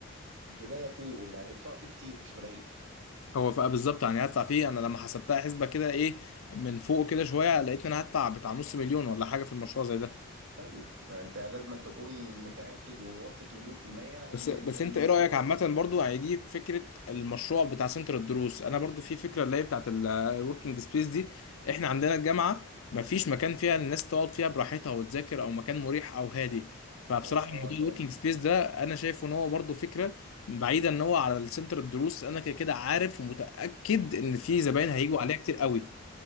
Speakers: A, on the right; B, on the left.
A: البدايه فيه واللي هتدفعه فيه كتير مش قليل
B: هو فبقى بالظبط يعني هدفع فيه انا لما حسبتها حسبه كده ايه من فوق كده شويه لقيت ان انا هدفع بتاع نص مليون ولا حاجه في المشروع زي ده
A: طيب فانت لازم أن تكون متاكد وواثق مليون في الميه ان
B: بس بس
A: ال- المشروع
B: انت ايه رأيك عامة برضو يعني دي فكرة المشروع بتاع سنتر الدروس انا برضو في فكرة اللي هي بتاعت الوركينج سبيس دي احنا عندنا الجامعة مفيش مكان فيها الناس تقعد فيها براحتها وتذاكر او مكان مريح او هادي فبصراحة
A: اه اه
B: موضوع الوركينج
A: فاهم
B: سبيس ده انا شايف ان هو برضو فكرة بعيدا ان هو على السنتر الدروس انا كده كده عارف ومتأكد ان في زباين
A: بس
B: هيجوا عليها كتير قوي